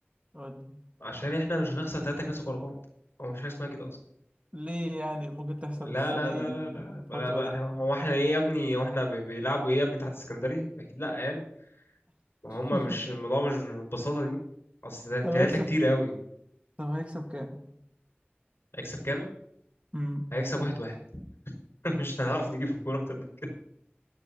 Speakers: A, on the right; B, on the left.
A: قول لي
B: عشان إحنا مش هنخسر تلاتة كلاسيكو ورا بعض هو مفيش حاجة اسمها كده أصلا
A: ليه يعني ممكن تحصل
B: لا
A: السنه
B: لا
A: يعني
B: لا لا لا
A: الفتره
B: بلا بقى
A: دي
B: هو احنا ايه يا ابني هو احنا بي- بيلعبوا ايه يا ابني تحت السكندري أكيد لا يعني ما هما
A: <laughs>
B: مش الموضوع مش بالبساطة دي أصل التلاتة
A: طب هيكسب
B: كتير أوي
A: طب هيكسب كام
B: هيكسب كام؟
A: امم
B: هيكسب واحد واحد <laughs> مش هنعرف نجيب في الجون أكتر من كده